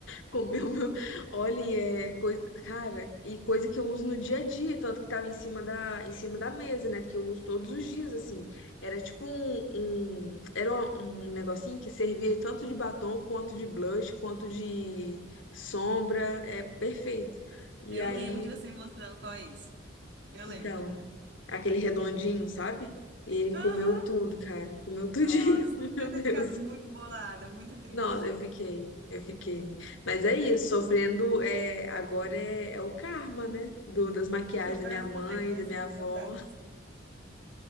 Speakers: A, on the left; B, on the right.
A: Comeu meu. Olha, e é coisa. Cara, e coisa que eu uso no dia a dia, tanto que tava em cima da, em cima da mesa, né? Porque eu uso todos os dias, assim. Era tipo um. um- era um, um negocinho que servia tanto de batom, quanto de blush, quanto de sombra. É perfeito. E
B: Eu
A: aí,
B: lembro de você me mostrando qual é isso. Eu lembro.
A: então, aquele redondinho, sabe? E ele
B: Aham,
A: comeu tudo, cara. Comeu tudinho.
B: nossa,
A: <laughs>
B: você
A: Meu
B: deve
A: Deus.
B: ter ficado muito bolada, muito triste.
A: Não, eu fiquei, eu fiquei. Mas é isso, sofrendo é, agora é, é o karma, né? Do, das maquiagens
B: Sobre
A: da minha
B: as
A: mãe,
B: consequências
A: da minha
B: então
A: avó.
B: dá.